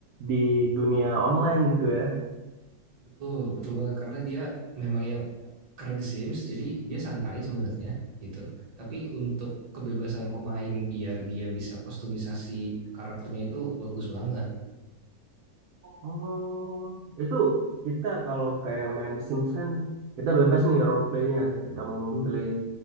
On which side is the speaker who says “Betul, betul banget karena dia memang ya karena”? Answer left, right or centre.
Right